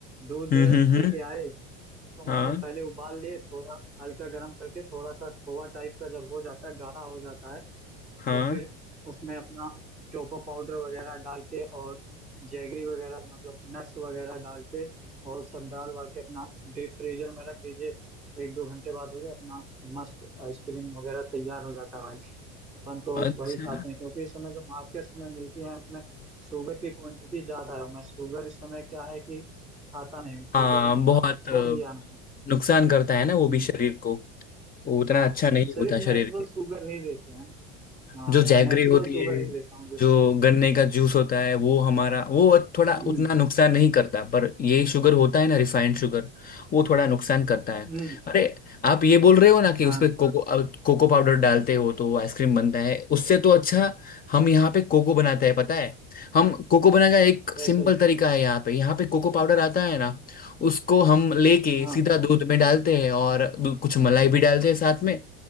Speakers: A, in the centre; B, on the left.
A: दूध
B: हम्म हम्म
A: लेके
B: हम्म,
A: आए तो
B: हाँ
A: मतलब पहले उबाल लिए थोड़ा हल्का गर्म करके थोड़ा सा खोआ टाइप का जब हो जाता है गाढ़ा हो जाता है
B: हाँ
A: तो फिर उसमें अपना चोको पाउडर वगैरह डाल के और जैगरी वगैरह मतलब नट्स वगैरह डाल के और सब डाल वाल के अपना डीप फ्रीजर में रख दीजिए एक दो घंटे बाद हो जाए अपना मस्त आइसक्रीम वगैरह तैयार हो जाता है भाई अपन तो
B: अच्छा
A: वही खाते हैं क्योंकि इस समय जो मार्केट्स में मिलती है उसमें शुगर की क्वांटिटी ज्यादा है और मैं शुगर इस समय क्या है कि खाता नहीं हूँ शुगर
B: हाँ
A: मतलब
B: बहुत
A: छोड़ दिया मैंने
B: नुकसान करता है ना
A: हम्म,
B: वो भी शरीर को वो उतना
A: हाँ
B: अच्छा नहीं
A: सिर्फ
B: होता शरीर
A: नेचुरल
B: के
A: शुगर ही लेते हैं ना। हाँ
B: जो हम्म जैगरी
A: नेचुरल
B: होती
A: शुगर
B: है
A: ही लेता हूँ जैसे
B: जो गन्ने का जूस होता है वो हमारा वो थोड़ा
A: हम्म
B: उतना नुकसान नहीं करता पर ये शुगर होता है ना रिफाइंड शुगर वो थोड़ा नुकसान करता है
A: हम्म,
B: अरे आप ये बोल रहे हो ना कि
A: हाँ
B: उस पे कोको अब कोको पाउडर डालते हो तो आइसक्रीम बनता है उससे तो अच्छा हम यहाँ पे कोको बनाते हैं पता है हम कोको बनाने का एक
A: ऐसे
B: सिंपल
A: ही,
B: तरीका है यहाँ पे यहाँ पे कोको पाउडर आता है ना उसको हम लेके
A: हाँ
B: सीधा दूध में डालते हैं और दू- कुछ मलाई भी डालते हैं साथ में